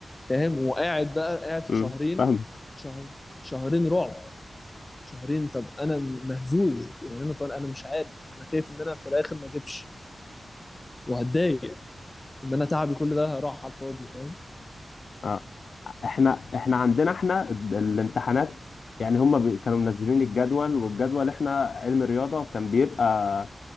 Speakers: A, on the left; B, on the left.
A: فاهم وقاعد بقى قاعد في
B: امم
A: شهرين
B: فاهم
A: شهر شهرين رعب شهرين طب انا مهزوز يعني انا طالع انا مش عارف انا خايف ان انا في الاخر ما اجيبش وهتضايق ان انا تعبي كل ده راح على الفاضي فاهم
B: اه احنا احنا عندنا احنا ال- الامتحانات يعني هم بي... كانوا منزلين الجدول والجدول احنا علم رياضة كان بيبقى